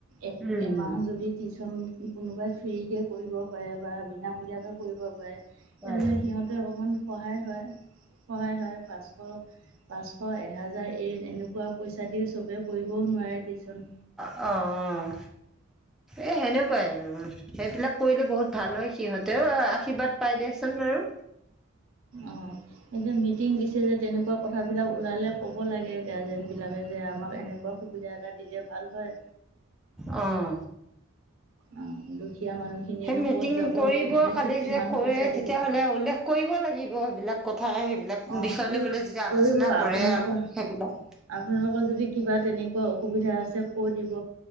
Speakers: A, on the right; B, in the centre.
A: এক
B: উম,
A: এমাহ
B: উম
A: যদি টিউশ্যন কোনোবাই ফ্ৰীকৈ কৰিব পাৰে বা বিনামূলীয়াকৈ কৰিব পাৰে। তেতিয়াহ'লে
B: বাৰু।
A: সিহঁতে অকণমান সহায় হয়। সহায় হয় পাঁচশ এহাজাৰ এই এনেকুৱা পইচা দি সবে কৰিব। ও নোৱাৰে টিচন।
B: অঁ অঁ। এই সেনেকুৱাই আৰু সেইবিলাক কৰিলে বহুত ভাল হয় সিহঁতেও আশীৰ্বাদ পাই দে। বাৰু।
A: অঁ। এতিয়া মিটিং দিছে যে তেনেকুৱা কথ বিলাক ওলালে ক'ব লাগে গাৰ্জেন বিলাকে যে আমাক এনে সুবিধা এটা দিলে ভাল হয়।
B: অঁ।
A: অঁ দুখীয়া মানুহখিনিয়েনো
B: সেই মিটিং
A: ক'ত যাব
B: কৰিব
A: কেনেকৈ
B: কালি
A: কি কিমান
B: যে কৰে
A: পইচা
B: তেতিয়াাহ'লে
A: দিব
B: উল্লেখ কৰিব লাগিব। সেইবিলাক কথা সেইবিলাক
A: অঁ
B: বিষয়
A: কৰি
B: লৈ বলে যেতিয়া আলোচনা
A: কৰিব
B: কৰে
A: আপোনালোকৰ
B: আৰু সেইবিলাক
A: আপোনালোকৰ যদি কিবা তেনেকা অসুবিধা আছে ক' দিব